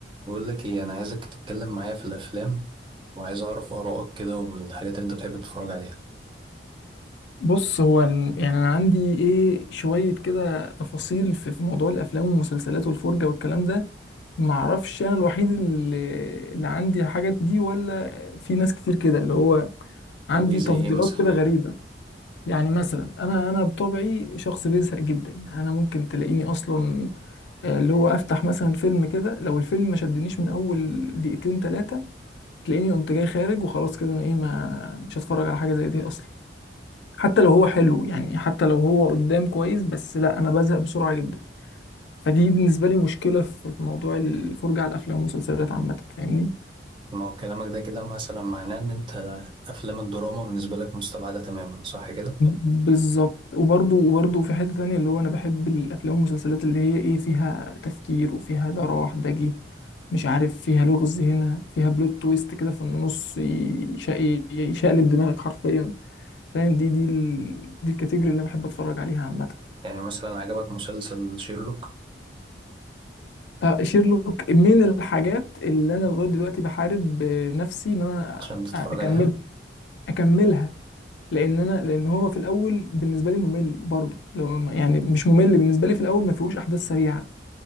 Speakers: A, on the right; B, on the left.
A: بقول لك ايه انا عايزك تتكلم معايا في الافلام وعايز اعرف ارائك كده والحاجات اللي انت بتحب تتفرج عليها
B: بص هو ال- يعني انا عندي ايه شويه كده تفاصيل في في موضوع الافلام والمسلسلات والفرجه والكلام ده ما اعرفش انا الوحيد اللي, اللي عندي الحاجات دي ولا في ناس كتير كده اللي هو عندي
A: طب ايه زي
B: تفضيلات
A: ايه مثلا
B: كده غريبه يعني مثلا انا انا بطبعي شخص بيزهق جدا انا ممكن تلاقيني اصلا آه، اللي هو افتح مثلا فيلم كده لو الفيلم ما شدنيش من اول دقيقتين ثلاثه تلاقيني قمت جاي خارج وخلاص كده انا ايه ما مش هتفرج على حاجه زي دي اصلا حتى لو هو حلو يعني حتى لو هو قدام كويس بس لا انا بزهق بسرعه جدا فدي بالنسبه لي مشكله في في موضوع الفرجه على الافلام والمسلسلات عامه فاهمني
A: ما هو كلامك ده كده مثلا معناه ان انت افلام الدراما بالنسبه لك مستبعده تماما صح كده
B: بالظبط وبرضه وبرضه في حته تانية اللي هو انا بحب الافلام والمسلسلات اللي هي ايه فيها تفكير وفيها ده راح ده جه مش عارف فيها لغز هنا فيها بلوت تويست كده في النص يش- يشقلب دماغك حرفيا فاهم دي دي ال... دي الكاتيجوري اللي انا بحب اتفرج عليها عامه
A: يعني مثلا عجبك مسلسل شيرلوك
B: آه، شيرلوك من الحاجات اللي انا لغايه دلوقتي بحارب آه، نفسي ان انا
A: عشان تتفرج
B: اكمل
A: عليها
B: اكملها لان انا لان هو في الاول بالنسبه لي ممل برضو لو ما- يعني مش ممل بالنسبه لي في الاول ما فيهوش احداث سريعه